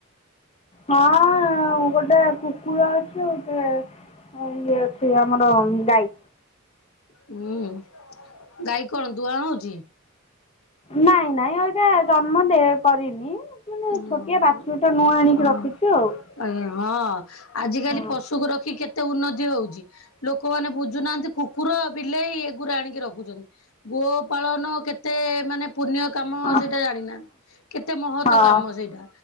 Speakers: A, on the left; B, on the left.
A: ହଁ ଗୋଟେ କୁକୁର ଅଛି ଗୋଟେ। ହଁ ଇଏ ଅଛି ଆମର ଗାଇ।
B: ହୁଁ ଗାଈ କଣ ଦୁଆଁ ହେଉଛି।
A: ନାଇଁ ନାଇଁ ଅବିକା ଜନ୍ମ ଦେ କରିନି। ମାନେ
B: ଓହୋ
A: ଛୋଟିଆ ବାଛୁୁରି ଟିଏ ନୂଆ ଆଣିକି
B: ହଁ
A: ରଖିଛୁ ଆଉ।
B: ଆଜ୍ଞା ହଁ, ଆଜିକାଲି
A: ହଁ
B: ପଶୁକୁ ରଖି କେତେ ଉନ୍ନତି ହଉଚି? ଲୋକମାନେ ବୁଝୁନାହାନ୍ତି, କୁକୁର ବିଲେଇ ଏଗୁରା ଆଣିକି ରଖୁଚନ୍ତି। ଗୋପାଳନ କେତେ ମାନେ ପୁଣ୍ୟ କାମ,
A: ହଁ
B: ସେଇଟା ଜାଣିନାହାନ୍ତି, କେତେ ମହତ୍
A: ହଁ
B: ତ କାମ ସେଇଟା,